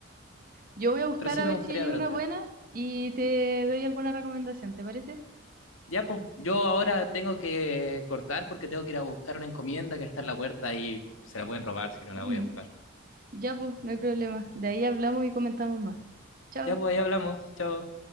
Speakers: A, on the right; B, on the left.
A: Yo voy a buscar
B: pero sí
A: a
B: me
A: ver
B: gustaría
A: si hay
B: ver
A: una
B: otra.
A: buena y te doy alguna recomendación, ¿te parece?
B: Ya, pues, yo ahora tengo que cortar porque tengo que ir a buscar una encomienda que está en la puerta y se la pueden robar si no la
A: Mm,
B: voy a buscar.
A: Ya, pues, no hay problema. De ahí hablamos y comentamos más. Chao.
B: Ya, pues, ahí hablamos. Chao.